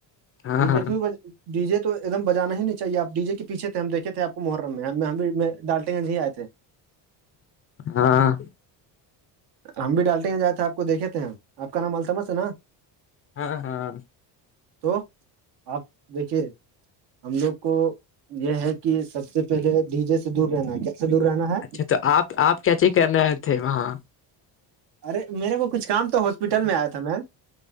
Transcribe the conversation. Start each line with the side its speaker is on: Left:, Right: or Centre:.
Left: ہاں
Right: ڈی
Left: ہاں
Right: جے کی ڈی جے تو ایک دم بجانا ہی نہیں چاہیےپ ڈی جے کے پیھے تھے ہم دیکھے تھےپ کو محرم میں ہم ہم بھی میں ڈالٹیں گ نہیں آئے تھے
Left: ہاں
Right: ہم بھی ڈالتے ہیں جات تھے آپ کو دیکھے تھ ہیں آپ کا نام التمس ہے نا
Left: ہاں ہاں
Right: تو آپ دیکھیے ہم لوگ کو یہ ہے کہ سب سے پہلے ڈی جے سے دور رہنا کیس دور رہنا ہے
Left: اچھا تو آپ آپ کیا چ کر رہے تھے وہاں
Right: ارے میرے کو کچھ کام تو ہاسپٹل میں آیا تھا میں